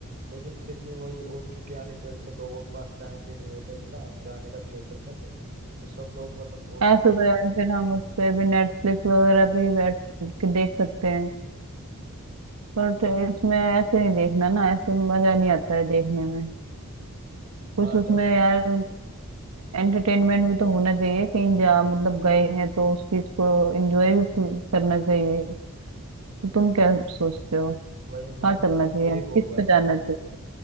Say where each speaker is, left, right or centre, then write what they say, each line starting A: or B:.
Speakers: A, on the right; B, on the right.
A: लेकिन फिर भी वही ओटी के आने की वजह से लोगों के पास टाइम भी नहीं होता इतना जाने का थिएटर तक तो सब लोग मतलब ओटी
B: ऐसे तो यार फिर हम उस पे भी नेटफ्लिक्स वगैरह पे ही बैठ के देख सकते हैं पर ट- इसमें ऐसे नहीं देखना ना ऐसे मजा नहीं आता है देखने में
A: हाँ
B: कुछ उसमें
A: सही है
B: यार एंटरटेनमेंट भी तो होना चाहिए कहीं जा मतलब गए हैं तो उस चीज को एंजॉय भी फु- करना चाहिए तो तुम
A: हाँ,
B: क्या सोचते हो
A: वही मैं
B: कहाँ
A: भी
B: चलना
A: मतलब
B: चाहिए
A: यही
B: हम किस
A: बोल रहा
B: पे
A: था
B: जाना चाहिए